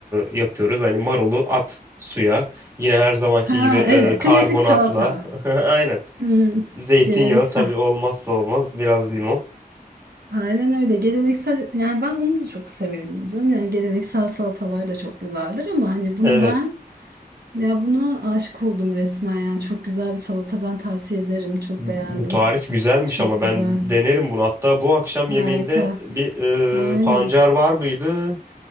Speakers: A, on the right (about 20°); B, on the right (about 85°).
A: e, yapıyoruz. Hani marulu at suya. Yine her zamanki
B: ha
A: gibi e,
B: evet
A: karbonatla.
B: klasik salata.
A: <laughs> Aynen.
B: Hmm,
A: Zeytinyağı
B: geleneksel.
A: tabii olmazsa olmaz. Biraz limon.
B: Aynen öyle. Geleneksel yani ben onu da çok severim canım. Yani geleneksel salatalar da çok güzeldir ama hani bunu
A: Evet.
B: ben Ya buna aşık oldum resmen ya. Çok güzel bir salata ben tavsiye ederim. Çok
A: Bu
B: beğendim.
A: tarif güzelmiş
B: Çok
A: ama
B: güzel.
A: ben denerim bunu. Hatta bu akşam
B: Harika.
A: yemeğinde bir
B: Aynen.
A: e, pancar var mıydı?